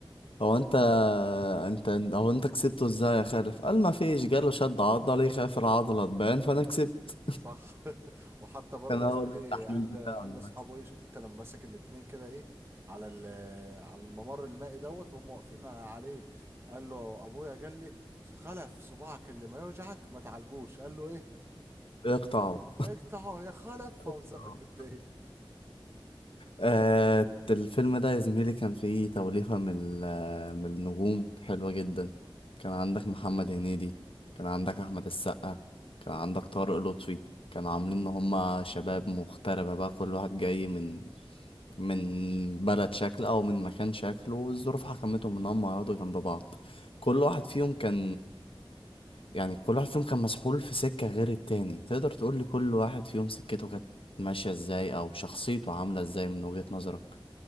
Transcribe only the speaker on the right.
صح <laughs> وحتى برضه
يا زميلي
قال
قال
لاصحابه ايه شفت انت لما مسك الاتنين كده ايه على ال- على الممر المائي دوت وهم واقفين عليه قال له ابويا قال لي خلف صباعك اللي ما يوجعك ما تعالجوش قال له ايه
اقطعه يا خلف <laughs> فمزقوا
الاتنين